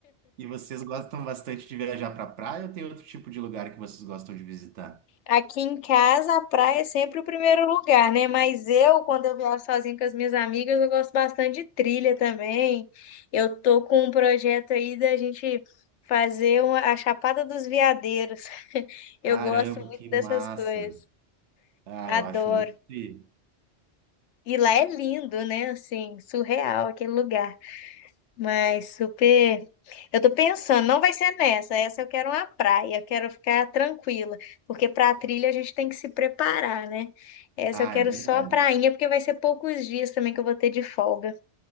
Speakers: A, on the right (about 85°); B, on the left (about 85°).
A: E vocês gostam bastante de viajar pra praia ou tem outro tipo de lugar que vocês gostam de visitar?
B: Aqui em casa, a praia é sempre o primeiro lugar, né? Mas eu, quando eu viajo sozinho com as minhas amigas, eu gosto bastante de trilha também. Eu tô com um projeto aí da gente fazer uma, a Chapada dos Veadeiros. <laughs> Eu
A: Caramba,
B: gosto muito
A: que
B: dessas
A: massa!
B: coisas,
A: Ah,
B: adoro.
A: eu acho muito tri.
B: E lá é lindo, né? Assim, surreal aquele lugar. Mas super. Eu tô pensando, não vai ser nessa. Essa eu quero uma praia, eu quero ficar tranquila, porque pra trilha a gente tem que se preparar, né? Essa
A: Ah,
B: eu quero
A: é verdade.
B: só a prainha, porque vai ser poucos dias também que eu vou ter de folga.